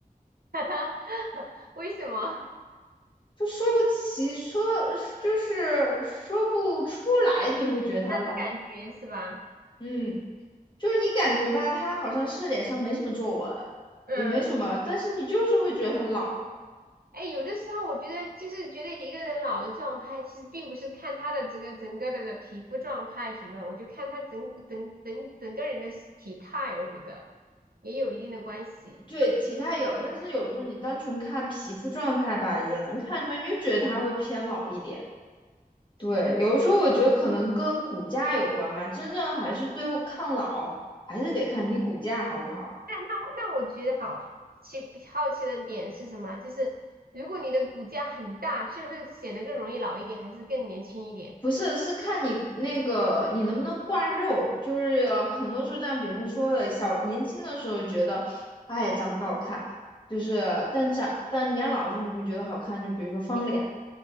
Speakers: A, on the right (about 85°); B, on the left (about 30°).
A: <laughs> 为什么？
B: 就说不起，说就是说不出来，你会觉得他老，
A: 那个感觉是吧？
B: 嗯，就是你感觉吧，他好像是脸上没什么皱纹，
A: 嗯。
B: 也没什么，但是你就是会觉得他老。
A: 哎，有的时候我觉得就是觉得一个人老的状态，其实并不是看他的这个整个的的皮肤状态什么的，我就看他整整整整个人的体态，我觉得也有一定的关系。
B: 对，体态有，但是有时候你单纯看皮肤状态吧，也能看出来，你就觉得他会偏老一点。对，
A: 是的，
B: 有的时候我觉得可能跟骨架有关吧，真正还是最后抗老，还是得看你骨架好不好。
A: 那那我那我觉得好奇好奇的点是什么？就是如果你的骨架很大，是不是显得更容易老一点，还是更年轻一点？
B: 不是，是看你那个你能不能挂肉，就是呃很多时候像别人说的，小年轻的时候觉得，哎，长得不好看，
A: 啊？
B: 就是但长但年老的时候你会觉得好看，就比如说方脸，
A: 为什么？